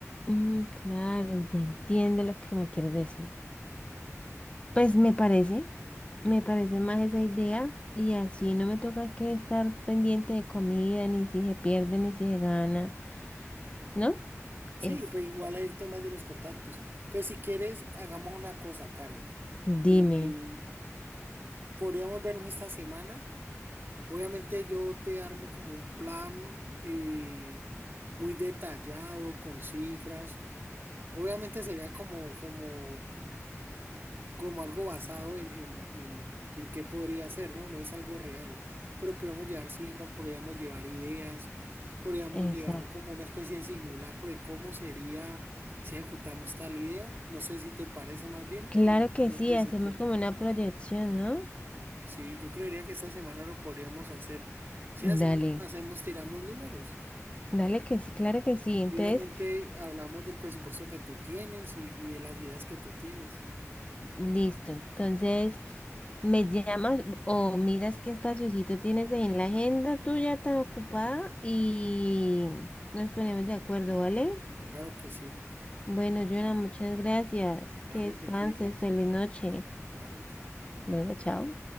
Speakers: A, on the left; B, on the right.
A: Mm, claro, ya entiendo lo que me quieres decir. Pues me parece, me parece más esa idea y así no me toca que estar pendiente de comida, ni si se pierde, ni si se gana, ¿no?
B: Sí,
A: Es,
B: pero igual hay el tema de los contactos. Pero si quieres, hagamos una cosa, Karen.
A: dime,
B: Eh, podríamos vernos esta semana Obviamente yo te armo como un plan eh, muy detallado, con cifras. Obviamente sería como, como, como algo basado en, en, en, en qué podría ser, ¿no? No es algo real, pero podríamos llevar cifras, podríamos llevar ideas, podríamos
A: exacto.
B: llevar como una especie de simulacro de cómo sería si ejecutamos tal idea. No sé si te parece más bien
A: Claro
B: y lo
A: que
B: hacemos
A: sí,
B: presencial.
A: hacemos como una proyección, ¿no?
B: Sí, yo creería que esta semana lo podríamos hacer. Si hacemos,
A: Dale,
B: hacemos, tiramos números.
A: dale que sí, claro que sí. Entonces,
B: Y obviamente hablamos del presupuesto que tú tienes y, y de las ideas que tú tienes.
A: Listo. Entonces, me llamas o miras qué espaciocito tienes ahí en la agenda tuya tan ocupada y nos ponemos de acuerdo, ¿vale?
B: Claro que sí.
A: Bueno, Joana, muchas gracias.
B: Vale,
A: Que descanses.
B: te cuidas.
A: Feliz noche.
B: Vale, chao.
A: Bueno, chao.